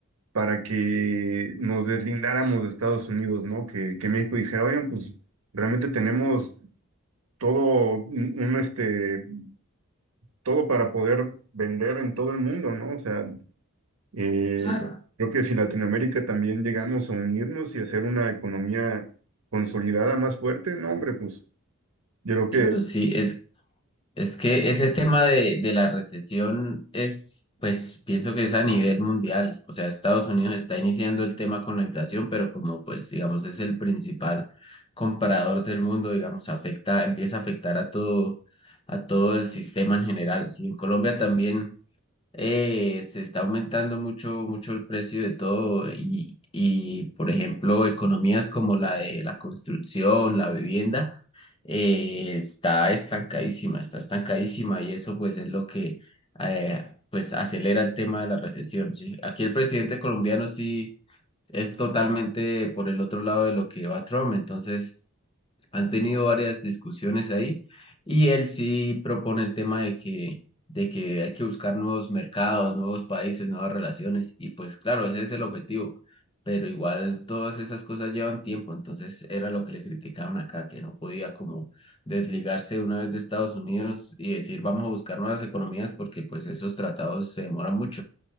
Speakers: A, on the right; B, on the left.
A: para que nos deslindáramos de Estados Unidos, ¿no? Que, que México dijera, oigan, pues realmente tenemos todo un, un, este, todo para poder vender en todo el mundo, ¿no? O sea, Eh,
B: Claro,
A: creo que si Latinoamérica también llegamos a unirnos y hacer una economía consolidada más fuerte, no, hombre, pues yo creo que
B: claro, sí, es, Es que ese tema de, de la recesión es, pues pienso que es a nivel mundial. O sea, Estados Unidos está iniciando el tema con la inflación, pero como pues digamos es el principal comprador del mundo, digamos, afecta, empieza a afectar a todo, a todo el sistema en general. Sí, en Colombia también eh, se está aumentando mucho, mucho el precio de todo y, y, por ejemplo, economías como la de la construcción, la vivienda, eh, está estancadísima, está estancadísima y eso pues es lo que eh, pues acelera el tema de la recesión, ¿sí? Aquí el presidente colombiano sí es totalmente por el otro lado de lo que va Trump, entonces han tenido varias discusiones ahí y él sí propone el tema de que, de que hay que buscar nuevos mercados, nuevos países, nuevas relaciones y pues claro, ese es el objetivo, pero igual todas esas cosas llevan tiempo, entonces era lo que le criticaban acá, que no podía como desligarse una vez de Estados Unidos y decir vamos a buscar nuevas economías porque pues esos tratados se demoran mucho.